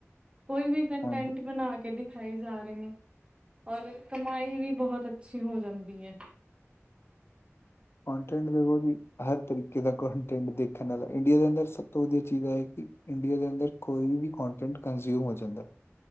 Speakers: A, on the right; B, on the left.
A: ਕੋਈ ਵੀ ਕੰਟੈਂਟ
B: ਹਾਂਜੀ
A: ਬਣਾ ਕੇ ਦਿਖ ਦਿਖਾਈ ਜਾ ਰਹੇ ਨੇ, ਔਰ ਕਮਾਈ ਵੀ ਬਹੁਤ ਅੱਛੀ ਹੋ ਜਾਂਦੀ ਹੈ।
B: ਕੋਂਟੈਂਟ ਦੇਖੋ ਵੀ ਹਰ ਤਰੀਕੇ ਦਾ ਕੋਂਟੈਂਟ ਦੇਖਣ ਵਾਲਾ ਇੰਡੀਆ ਦੇ ਅੰਦਰ, ਸਭ ਤੋਂ ਵਧੀਆ ਚੀਜ਼ ਹੈ ਕਿ, ਇੰਡੀਆਂ, ਦੇ ਅੰਦਰ ਕੋਈ ਵੀ ਕੋਂਟੈਂਟ ਕੰਨਜ਼ਿਊਮ ਹੋ ਜਾਂਦਾ‌